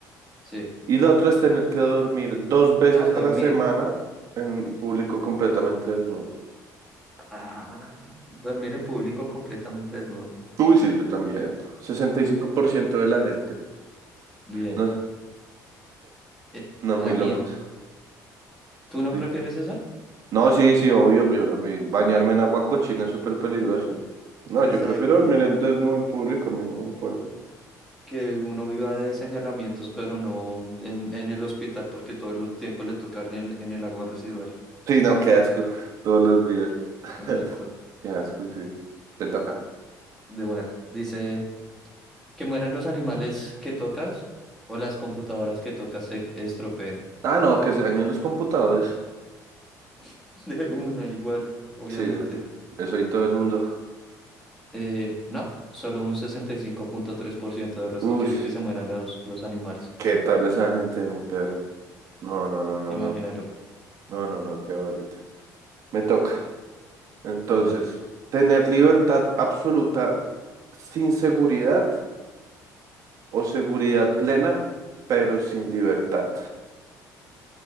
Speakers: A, in the centre; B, on the right.
A: sí.
B: y la otra es tener que dormir dos veces
A: Ah, dormir.
B: a la semana en público completamente desnudo.
A: Ah, dormir en público completamente desnudo.
B: Uy, sí, yo también. 65% de la gente.
A: Bien.
B: No,
A: Eh,
B: No, muy
A: la
B: locos.
A: mía. ¿Tú no
B: Sí.
A: prefieres esa?
B: No, sí, sí, obvio, obvio. A mí bañarme en agua cochina es súper peligroso. No,
A: Exacto,
B: yo prefiero dormir
A: exacto.
B: en desnudo en público, a mí no me importa.
A: que uno viva de señalamientos, pero no en, en el hospital porque todo el tiempo le toca en el, en el agua residual.
B: Sí, no, qué asco. <laughs> Todos los días. <laughs>
A: Exacto.
B: Qué asco, sí. Te toca.
A: De una Dice, que mueran los animales que tocas o las computadoras que tocas se estropeen.
B: Ah, no, que se dañen los computadores.
A: <laughs> De una, igual, obviamente.
B: Sí, eso y todo el mundo.
A: Eh, no, solo un sesenta y cinco punto tres por ciento del resto
B: Uy,
A: quiere que se mueran los, los animales.
B: ¿qué tal esa gente, mi perro? No, no, no, no,
A: Imagínalo,
B: no. No, no, no, qué boleta. Me toca. Entonces,
A: de una.
B: tener libertad absoluta sin seguridad o seguridad plena, pero sin libertad.